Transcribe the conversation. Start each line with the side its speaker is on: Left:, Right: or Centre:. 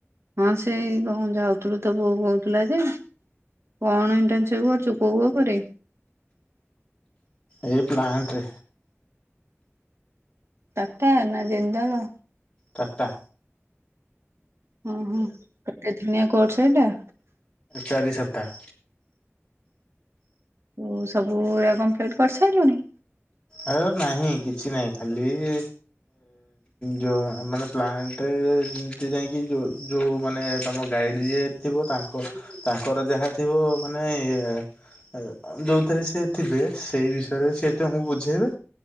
Right: ହଁ ସେଇ କଣ ଯାଉଥିଲୁ, ତ ବୋଉ କହୁଥିଲା ଯେ କଣ ଇଣ୍ଟନ୍‌ସିପ୍ କରୁଛୁ କୋଉ ଉପରେ?
Left: ଏଇ ପ୍ଲ। ନ୍ଟରେ।
Right: ଟାଟା ନା ଜିନ୍ଦଲ।
Left: ଟାଟା।
Right: ହ ହ କେତେ ଦିନିଆ କୋର୍ସ ଏଇଟା?
Left: ଚାରି ସପ୍ତାହ।
Right: ତୁ ସବୁଗୁରା କମ୍ପ୍ଲିଟ୍ କରିସାଇଲୁଣି।
Left: ଆ ନାହିଁ କିଛି ନାହିଁ ଖାଲି ଏ ଯେଉଁ ମାନେ ପ୍ଲାଣ୍ଟରେ, ଯେମିତି ଯାଇଁକି ଯୋଉ ମାନେ ତମ ଗାଇଡ୍‌ ଯିଏ ଥିବ ତା ଙ୍କ
Right: ଉହୁଁ
Left: ତାଙ୍କର ଯାହା ଥିବ ମାନେ ୟେ ଯୋଉଥିରେ ସେ ଥିବେ ସେଇ ବିଷୟରେ ସିଏ ତମକୁ ବୁଝେଇବେ।